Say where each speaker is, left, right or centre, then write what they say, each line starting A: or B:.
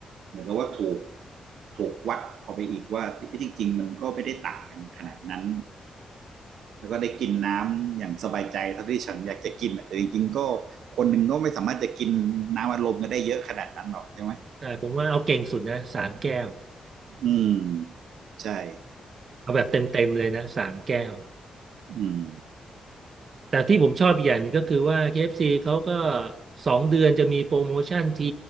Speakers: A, on the right; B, on the right.
A: เหมือนกับว่าถูกถูกวัดออกไปอีกว่าที่จริงๆมันก็ไม่ได้ต่างกันขนาดนั้นแล้วก็ได้กินน้ำอย่างสบายใจเท่าที่ฉันอยากจะกินแต่จริงๆก็คนหนึ่งก็ไม่สามารถจะกินน้ำอารมณ์กันได้เยอะขนาดนั้นหรอกใช่ไหม
B: อ่าผมว่าเอาเก่งสุดนะสามแก้ว
A: อืมใช่
B: เอาแบบเต็มเต็มเลยนะสามแก้ว
A: อืม
B: แต่ที่ผมชอบอีกอย่างหนึงก็คือว่า KFC เอฟซีเขาก็สองเดือนจะมีโปรโมชั่นที